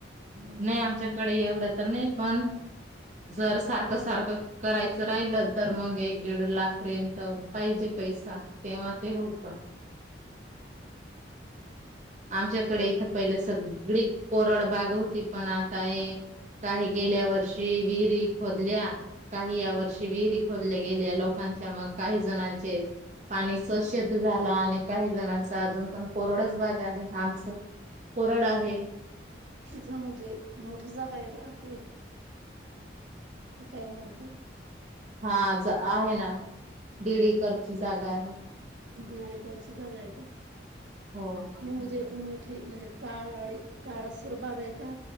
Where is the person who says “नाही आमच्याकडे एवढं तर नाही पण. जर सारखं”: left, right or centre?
Right